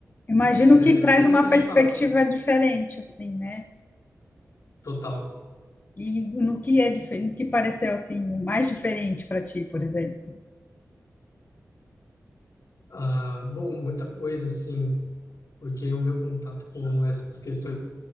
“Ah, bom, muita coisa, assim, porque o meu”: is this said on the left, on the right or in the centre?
Left